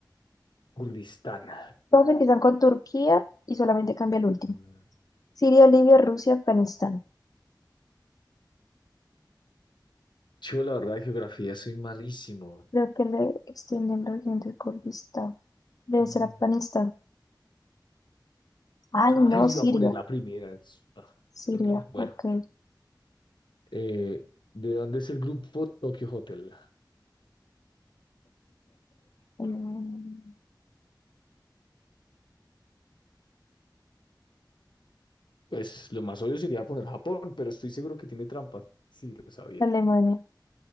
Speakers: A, on the left (about 75°); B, on the left (about 50°).
A: Kurdistán.
B: Todos empiezan con Turquía y solamente cambia el último.
A: Mm,
B: Siria, Libia, Rusia, Afganistán.
A: Yo, la verdad, de geografía soy malísimo.
B: Creo que le extienden la región de Kurdistán. Debe
A: Mm,
B: ser Afganistán. Ay,
A: Ay,
B: no, Siria.
A: iba a poner la primera. es- ah,
B: Siria,
A: todavía. Bueno,
B: ok.
A: eh, ¿de dónde es el grupo Tokyo Hotel?
B: Mm,
A: Pues lo más obvio sería poner Japón, pero estoy seguro que tiene trampa. Sí, lo sabía.
B: Alemania,